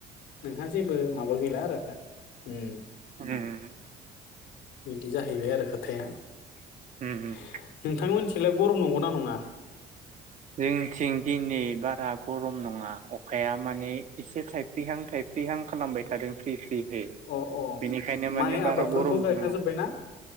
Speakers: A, on the left; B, on the right.
A: नोंहा जेबो माबा गैला आरो। उम।
B: उम।
A: बिदि जाहैबाय आरो खोथाया। नोंथांनि
B: उम
A: मोनथिंलाय गरम नंगौना नङा।
B: जोंथिं दिनै बारा गरम नङा अखाया माने एसे थाइफ्रिहां थायफ्रिहां खालामबाय थादों फ्रि फ्रि हि
A: अ अ
B: बेनिखायनो माने
A: माइ
B: बारा
A: आबादफोरखौ
B: गरमबो
A: गायखाजोब्बायना
B: नङा